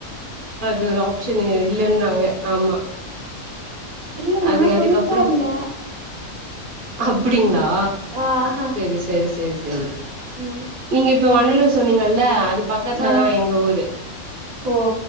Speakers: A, on the right; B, on the right.
A: அது ஒரு ஆப்ஷன் இல்லன்னு நாங்க ஆமா
B: இல்ல நா
A: அது அதுக்கப்புற
B: சொல்லிட்டுதா இருந்தே
A: அப்படிங்களா
B: ஆஹா
A: சேரி சேரி சேரி சேரி
B: ம்
A: நீங்க இப்ப வண்டலூர் சொன்னீங்கல்ல அது பக்கத்துலதா
B: ஆ
A: எங்க ஊரு
B: ஓ